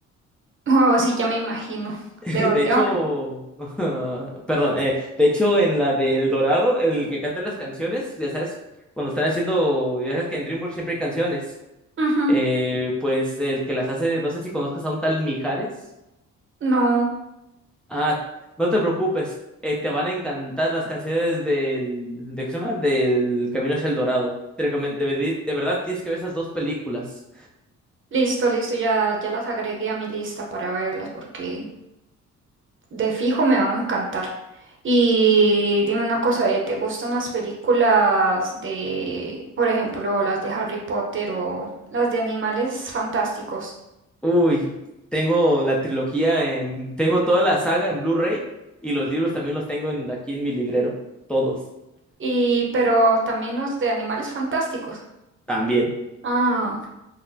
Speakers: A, on the right (about 40°); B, in the centre.
A: Wow, sí, ya me imagino.
B: <laughs> De
A: Debo, tengo
B: hecho,
A: que-
B: <laughs> perdón, eh, de hecho en la de El Dorado, el que canta las canciones, ya sabes, cuando están haciendo, ya sabes que en DreamWorks siempre hay canciones.
A: ujú,
B: Eh, pues el que las hace, no sé si conozcas a un tal Mijares.
A: No,
B: Ah, no te preocupes, eh, te van a encantar las canciones del, de, ¿cómo se llama? Del Camino hacia el Dorado. Te recomen- de, veri- de verdad tienes que ver esas dos películas.
A: listo, listo, ya, ya las agregué a mi lista para verlas porque De fijo me van a encantar. Y dime una cosa, ¿eh? ¿te gustan las películas de, por ejemplo, las de Harry Potter o las de animales fantásticos?
B: Uy, tengo la trilogía, en- tengo toda la saga en Blu-ray y los libros también los tengo en- aquí en mi librero, todos,
A: Y, pero también los de animales fantásticos.
B: también.
A: Ah,